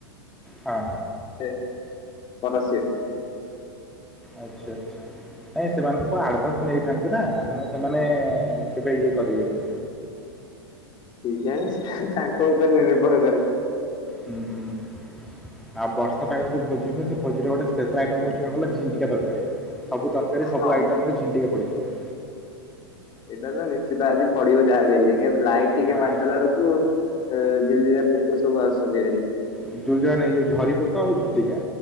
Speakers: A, in the centre; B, on the left.
A: ହଁ।
B: ସେ ପର ସିଏ
A: ଆଚ୍ଛା ଆଚ୍ଛା ନାଇଁ ସେମାନେ ତ ସବୁ ଆଡ଼ଭାନ୍ସ ନେଇଥାନ୍ତି ନା ତେଣୁ ସେମାନେ କେବେ ଇଏ କରିବେନି
B: କେଜାଣି ତାଙ୍କ ଉପରେ ନିର୍ଭର କରେ
A: ହୁଁ ହୁଁ। ଆଉ ବର୍ଷା ପାାଗରେ ଯୋଉ ଭୋଜି ହୁଏ ସେ ଭୋଜିରେ ଗୋଟେ ସ୍ପେଶାଲ ଆଇଟମ୍ ହଉଛି କଣ କହିଲ ଝିଣ୍ଟିକା ତରକାରୀ। ସବୁ ତରକାରୀ ସବୁ
B: ହଁ
A: ଆଇଟମ୍ ରେ ଝିଣ୍ଟିକା ପଡ଼ିଥିବ।
B: ଏଇଟା ତ ନିଶ୍ଚିତ ଆଜି ପଡ଼ିବ ଯାହା ବି ହେଲେ ଲାଇଟ୍ ଟିକେ
A: ହଁ
B: ମାରିଦେଲାରୁ ଉଁ ଜିଳିଜିଳିଆ ପୋକ ସବୁ ଆସୁଚନ୍ତି ହାରି
A: ଜୁଳୁଜୁଳିଆ ନାଇ ଯୋଉ ଝରିପୋକ ଆଉ ଝିଟିକା